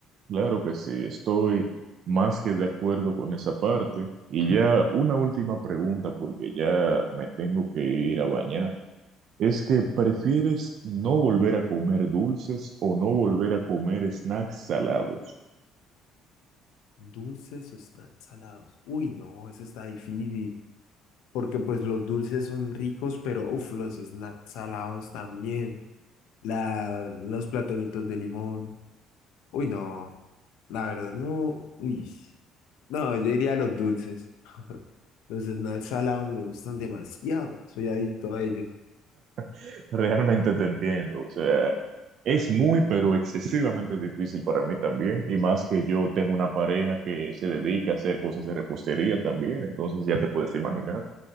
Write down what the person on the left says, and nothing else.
Dulces o están salados. Uy, no, eso está difícil. Porque pues los dulces son ricos, pero uff, los snacks salados también. La, los platonitos de limón. Uy, no. La verdad, no. Uy. No, yo diría los dulces. <laughs> Los snacks salados me gustan demasiado. Soy adicto a ellos.